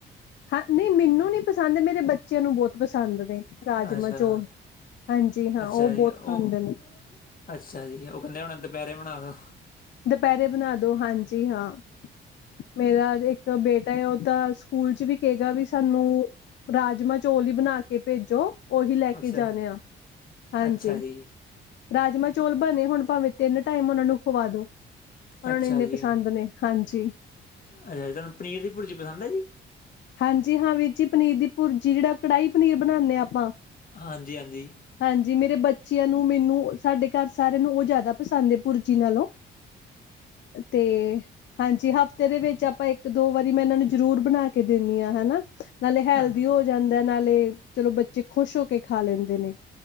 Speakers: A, on the left; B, on the left.
A: ਹਾਂ ਨੀ ਮੈਨੂੰ ਨਹੀਂ ਪਸੰਦ ਮੇਰੇ ਬੱਚਿਆਂ ਨੂੰ ਬਹੁਤ ਪਸੰਦ ਨੇ ਰਾਜਮਾਂ
B: ਅੱਛਾ
A: ਚੌਲ। ਹਾਂਜੀ ਹਾਂ
B: ਅੱਛਾ
A: ਉਹ
B: ਜੀ
A: ਬੋਤ
B: ਉਹ
A: ਖਾਂਦੇ ਨੇ।
B: ਅੱਛਾ ਜੀ ਉਹ ਕਦੇ ਹੋਣੇ ਦੁਪਹਿਰੇ ਬਣਾ ਦੋ।
A: ਦੁਪਹਿਰੇ ਬਣਾ ਦੋ ਹਾਂਜੀ ਹਾਂ, ਮੇਰਾ ਇੱਕ ਬੇਟ ਉਹ ਤਾਂ ਸਕੂਲ ਚ ਵੀ ਕਏਗਾ ਵੀ ਸਾਨੂੰ, ਰਾਜਮਾਂ ਚੌਲ ਈ ਬਣਾ ਕੇ ਭੇਜੋ। ਉਹੀ ਲੈ ਕੇ
B: ਅੱਛਾ
A: ਜਾਣੇ
B: ਜੀ
A: ਆ, ਹਾਂਜੀ।
B: ਅੱਛਾ ਜੀ
A: ਰਾਜਮਾਂ ਚੋਲ ਬਣੇ ਹੁਣ ਭਾਵੇਂ ਤਿੰਨ ਟਾਈਮ ਉਹਨਾ ਨੂੰ ਖਵਾ ਦੋ। ਉਹਨਾਂ
B: ਅੱਛਾ
A: ਨੂੰ ਇੰਨੇ
B: ਜੀ,
A: ਪਸੰਦ ਨੇ ਹਾਂਜੀ
B: ਅੱਛਾ ਤੁਹਾਨੂੰ ਪਨੀਰ ਦੀ ਭੁਰਜੀ ਪਸੰਦ ਐ ਜੀ?
A: ਹਾਂਜੀ ਹਾਂ ਵੀਰ ਜੀ ਪਨੀਰ ਦੀ ਭੁਰਜੀ ਜਿਹੜਾ ਕੜਾਹੀ ਪਨੀਰ ਬਣਾਨੇ ਆ ਆਪਾਂ।
B: ਹਾਂਜੀ-ਹਾਂਜੀ।
A: ਹਾਂਜੀ ਮੇਰੇ ਬੱਚਿਆਂ ਨੂੰ ਮੈਨੂੰ ਸਾਡੇ ਘਰ ਸਾਰਿਆਂ ਨੂੰ ਉਹ ਜ਼ਿਆਦਾ ਪਸੰਦ ਐ ਪੁਰਜੀ ਨਾਲੋਂ।
B: <inaudible>
A: ਤੇ, ਹਾਂਜੀ ਹਫ਼ਤੇ ਦੇ ਵਿੱਚ ਆਪਾਂ ਇੱਕ ਦੋ ਵਾਰੀ ਮੈਂ ਇਹਨਾਂ ਨੂੰ ਜ਼ਰੂਰ ਬਣਾ ਕੇ। ਕੇ ਦਿੰਨੀ ਆ ਹਨਾ, ਨਾਲੇ ਹੈਲਦੀ
B: ਹਾਂ
A: ਹੋ ਜਾਂਦਾ ਐ ਨਾਲੇ ਚਲੋ ਬੱਚੇ ਖੁਸ਼ ਹੋ ਕੇ ਖਾ ਲੈਂਦੇ ਨੇ।